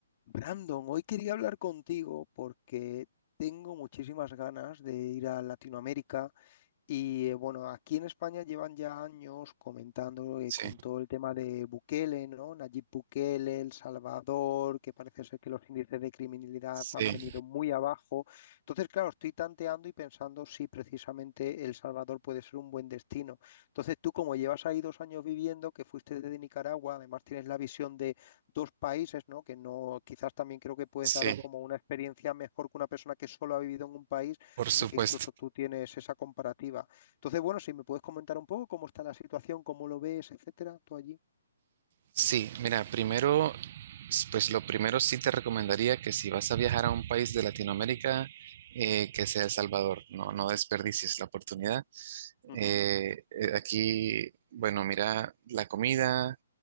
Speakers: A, on the left; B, on the right.
A: Brandon, hoy quería hablar contigo porque tengo muchísimas ganas de ir a Latinoamérica, y eh, bueno, aquí en España llevan ya años comentando eh,
B: Sí,
A: con todo el tema de Bukele, ¿no? Nayib Bukele, El Salvador, que parece ser que los índices de criminalidad
B: sí,
A: han venido muy abajo. Entonces, claro, estoy tanteando y pensando si precisamente El Salvador puede ser un buen destino. Entonces, tú como llevas ahí dos años viviendo, que fuiste desde Nicaragua, además tienes la visión de dos países, ¿no? Que no, quizás también creo que puedes
B: sí,
A: dar como una experiencia mejor que una persona que solo ha vivido en un país
B: por
A: sino
B: supuesto.
A: que incluso tú tienes esa comparativa. Entonces, bueno, si me puedes comentar un poco cómo está la situación, cómo lo ves, etcétera, tú allí.
B: Sí, mira, primero, s- pues lo primero sí te recomendaría que si vas a viajar a un país de Latinoamérica, eh, que sea El Salvador, no, no desperdicies la oportunidad.
A: Ujú,
B: Eh, eh, aquí, bueno, mira, la comida,